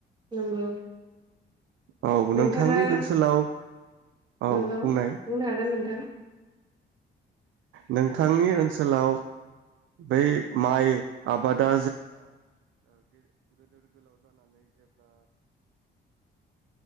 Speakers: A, on the right; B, on the right.
A: नंगौ
B: औ
A: नोंथाङा
B: नोंथांनि ओनसोलाव औ
A: नंगौ
B: बुंनाय
A: बुंनो हागोन नोंथां।
B: नोंथांनि ओनसोलाव बै माइ आबादा